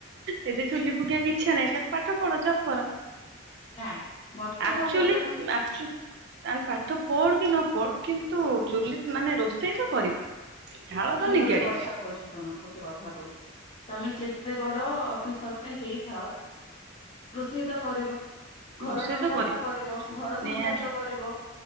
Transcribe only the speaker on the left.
ନାଇଁ ମତେ
ମୋ ଘର ଲୋକ
ମୁଁ
ଗୋଟେ କଥା କହୁଛି ଶୁଣ ଗୋଟେ କଥା କହୁଛି ତମେ ଯେତେ ବଡ ଅଫିସର। ଟେ ହେଇଥାଅ। ରୋଷେଇ ତ କରିବ ଘର
ସଂସାର
ତ କରିବ ଘର
ସଂସାର ତ କରିବ।